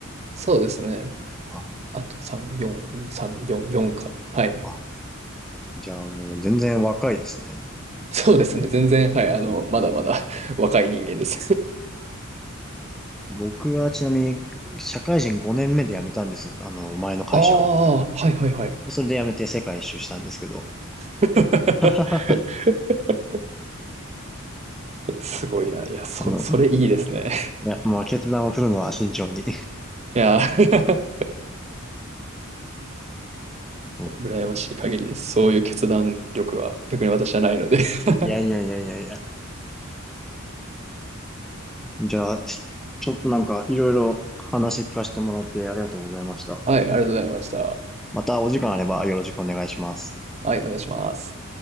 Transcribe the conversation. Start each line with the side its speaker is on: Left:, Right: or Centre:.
Right: そうですね。
Centre: あ、
Right: あと3、4、3、4、4か。はい。
Centre: あ、じゃあもう全然若いですね。
Right: そうですね。全然、はい。あの、
Centre: うーん。
Right: まだまだ <laughs> 若い人間です
Centre: 僕はちなみに、社会人5年目で辞めたんです。あの、前の会社を。
Right: <laughs> ああ、はいはいはい。
Centre: それで辞めて世界一周したんですけど。
Right: <laughs>
Centre: <laughs> あ
Right: すごいな。いや、そ、
Centre: の、
Right: それいいですね。
Centre: いや、もう決断を振るのは慎重に。
Right: いや、<laughs>
Centre: <laughs> うん
Right: 羨ましい限りです。そういう決断力は逆に私はないので <laughs>
Centre: いやいやいやいやいや。じゃあ、ちょっとなんかいろいろ話聞かせてもらってありがとうございました。
Right: はい、ありがとうございました。
Centre: またお時間あればよろしくお願いします。
Right: はい、お願いします。